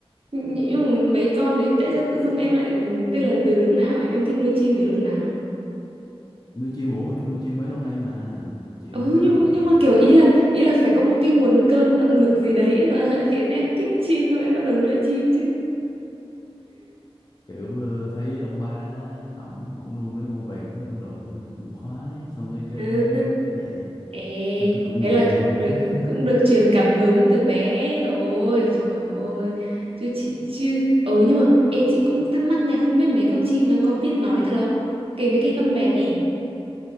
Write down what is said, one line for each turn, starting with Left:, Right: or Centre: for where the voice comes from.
Right: nhưng mà mấy con đấy tại sao tự dưng em lại ừ, tức là từ lúc nào ấy, em thích nuôi chim từ lúc nào
Left: nuôi chim ủa em nuôi chim mấy lâu nay mà chị
Right: ừ,
Left: không biết rồi
Right: nhưng nhưng mà kiểu ý là ý là phải có một cái nguồn cơn động lực gì đấy mà <laughs> khiến em thích chim xong em bắt đầu nuôi chim chứ
Left: kiểu ờ, thấy ông ba á, ổng ổng nuôi mấy con vẹt mấy con đồ với mình cũng khoái xong cái chơi
Right: ừ.
Left: theo kiểu vậy
Right: Ê,
Left: xong cái cũng
Right: thế
Left: nghiện
Right: là cũng được
Left: <laughs>
Right: cũng được truyền cảm hứng từ bé rồi. Trời ơi. Chứ chị chứ ừ nhưng mà ê chị cũng thắc mắc nha, không biết mấy con chim nó có biết nói thật không? Kể mấy cái con vẹt đi.